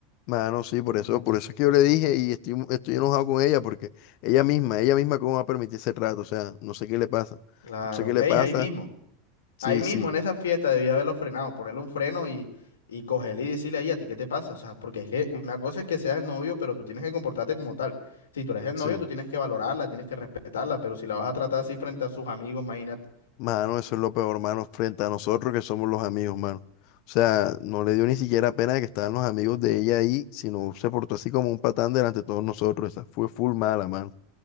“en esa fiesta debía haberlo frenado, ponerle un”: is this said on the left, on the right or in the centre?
Left